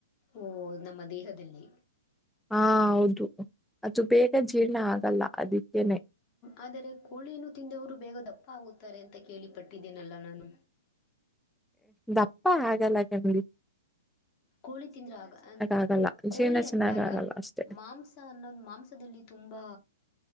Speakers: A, on the left (about 30°); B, in the centre.
A: ಓ ನಮ್ಮ ದೇಹದಲ್ಲಿ
B: ಹಾ ಹೌದು ಅದು ಬೇಗ ಜೀರ್ಣ ಆಗಲ್ಲ ಅದಕ್ಕೇನೆ
A: ಆದರೆ ಕೋಳಿಯನು ತಿಂದವರು ಬೇಗ ದಪ್ಪ ಆಗುತ್ತಾರೆ ಅಂತ ಕೇಳಿಪಟ್ಟಿದ್ದೇನಲ್ಲ ನಾನು
B: ದಪ್ಪ ಆಗಗಲ್ಲ ಗಂಗಡಿ
A: ಕೋಳಿ ತಿಂದ್ರ ಆಗ ಅ
B: ಆಗಲ್ಲ
A: ಕೋಳಿ
B: ಜೀರ್ಣ ಚೆನ್ನಾಗ್
A: ಅಂತಲ್ಲ
B: ಆಗಲ್ಲ ಅಷ್ಟೇ
A: ಮಾಂಸ ಅನ್ನೋದು ಮಾಂಸದಲ್ಲಿ ತುಂಬಾ